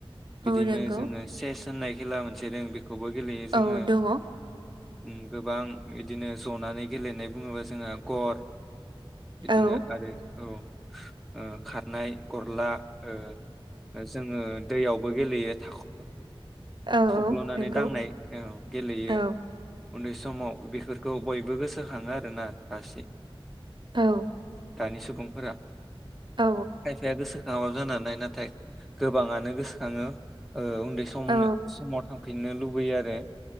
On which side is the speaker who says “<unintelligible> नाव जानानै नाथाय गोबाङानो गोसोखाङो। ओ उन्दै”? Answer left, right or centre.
Centre